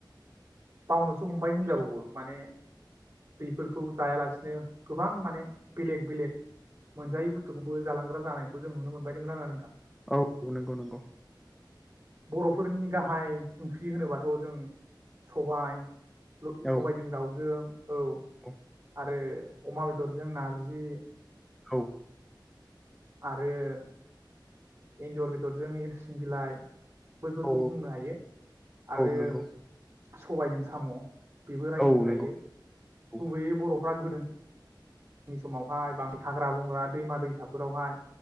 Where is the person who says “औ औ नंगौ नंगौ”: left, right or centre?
Centre